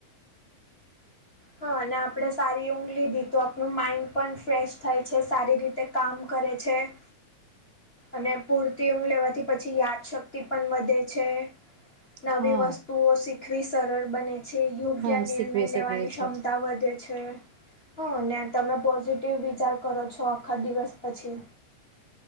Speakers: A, on the left (about 30°); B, on the right (about 75°).
A: હા અને આપણે સારી ઊંઘ લીધી તો આપણું માઈન્ડ પણ ફ્રેશ થાય છે સારી રીતે કામ કરે છે <inaudible> અને પૂરતી ઊંઘ લેવાથી પછી યાદશક્તિ પણ વધે છે નવી
B: હા
A: વસ્તુઓ શીખવી સરળ બને છે યોગ્ય
B: હા
A: નિર્ણય
B: શીખવી શકીએ
A: લેવાની ક્ષમતા
B: છે
A: વધે છે હા ને તમે પોઝિટિવ વિચાર કરો છો આખા દિવસ પછી